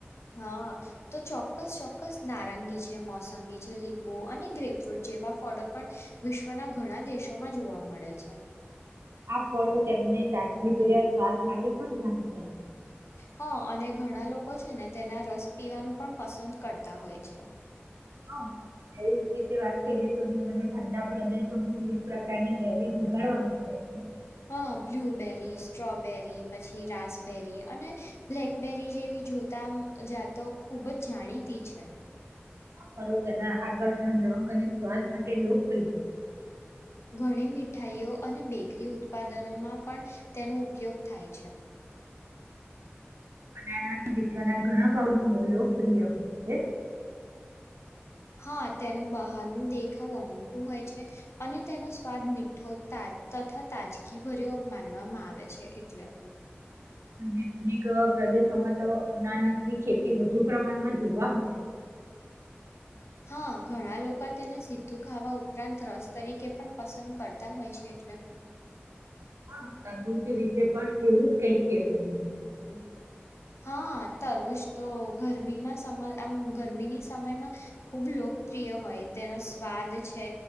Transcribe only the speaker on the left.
હા.. તો ચોક્કસ.. ચોક્કસ! નારંગી છે, મોસંબી છે લીંબુ અને ગ્રેપ્રૂટ જેવા ફળો પણ વિશ્વના ઘણા દેશોમાં જોવા મળે છે
હા અને ઘણાલોકો છે ને તેના રસ પીવાનું પણ પસંદ કરતા હોય છે.
હા બ્લુબેરી સ્ટ્રોબેરી પછી રાસબેરી અને બ્લેકબેરી જેવી જોતા જાતો ખુબ જ જાણીતી છે
ઘણી મીઠાઈઓ અને બેકરી ઉત્પાદનોમાં પણ તેનો ઉપયોગ થાય છે
હા તેનું બહારનું દેખાવ અનોખું હોય છે અને તેનો સ્વાદ મીઠોા તથા તાજગી ભર્યો માનવામાં આવે છે એટલે
હા ઘણા લોકો તેને સીધું ખાવા ઉપરાંત રસ તરીકે પણ પસંદ કરતા હોય છે એટલે
હા તરબૂજ તો ગરમીમાં સમય આમ ગરમીની સમયમાં ખૂબ લોકપ્રિય હોય તેનો સ્વાદ છે